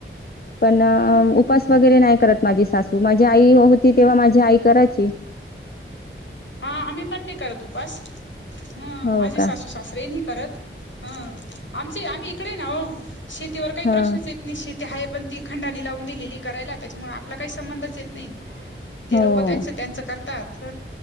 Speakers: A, on the left (about 45°); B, on the left (about 60°).
A: पण
B: हम् हम्
A: उपास
B: हम्
A: वगैरे नाही करत माझी सासू, माझी आई होती तेव्हा माझी आई करायची.
B: हां आम्ही पण नाही करत उपास. हं
A: हो
B: माझे
A: का
B: सासू सासरे हि नाही करत, हम्म, आमचे आम्ही ईकडेय ना ओ, शेतीवर काही
A: हम्म
B: प्रश्नच येत नाही, शेती ते हाय पण ती खंडाणी लावून दिलेलीय करायला त्याच्यामुळं आपला काही संबंधच येत नाही. ते
A: हो हो
B: लोकं त्यांचं त्यांचं करतात.